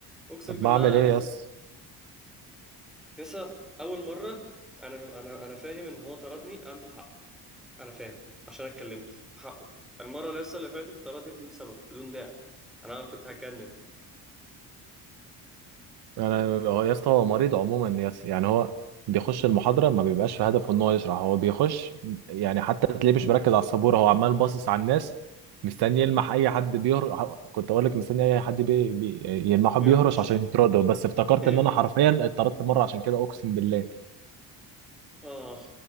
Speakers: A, in the centre; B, on the right (about 75°).
A: اقسم
B: طب
A: بالله
B: ما اعمل ايه
A: أخ...
B: يا اسطى
A: يسا اول مرة انا انا انا فاهم ان هو طردني عنده حق انا فاهم عشان أنا اتكلمت حقه المرة اللي يسا اللي فاتت طردني بدون سبب بدون داعي انا كنت هتجنن
B: انا هو يا اسطى هو مريض عموما يا اسطى يعني هو بيخش المحاضره ما بيبقاش في هدفه ان هو يشرح هو بيخش يعني حتى تلاقيه مش مركز على السبوره هو عمال باصص على الناس مستني يلمح اي حد بيهرش كنت اقول لك مستني اي حد بي... بي... يلمحه
A: بيهرش
B: بيهرش عشان يطرده بس افتكرت
A: <laughs>
B: ان انا حرفيا اتطردت مره عشان كده اقسم بالله
A: آه